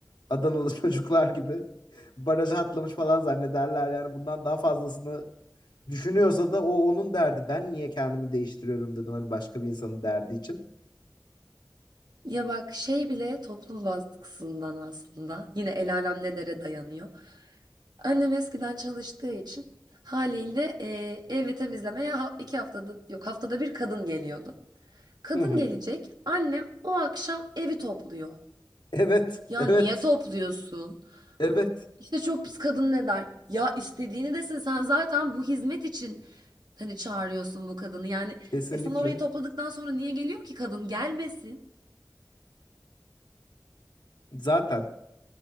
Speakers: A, on the left; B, on the right.
A: Adanalı <laughs> çocuklar gibi baraja atlamış falan zannederler. Yani bundan daha fazlasını Düşünüyorsa da o onun derdi. Ben niye kendimi değiştiriyorum dedim hani başka bir insanın derdi için.
B: Ya bak şey bile toplum baskısından aslında yine el alem ne dere dayanıyor. Annem eskiden çalıştığı için haliyle e, evi temizlemeye ha- iki haftada yok haftada bir kadın geliyordu. Kadın
A: Hı hı.
B: gelecek annem o akşam evi topluyor.
A: Evet,
B: Ya
A: evet,
B: niye topluyorsun?
A: evet.
B: İşte çok pis kadın ne der? Ya istediğini desin sen zaten bu hizmet için hani çağırıyorsun bu kadını. Yani
A: Kesinlikle.
B: e sen orayı topladıktan sonra niye geliyor ki kadın? Gelmesin.
A: Zaten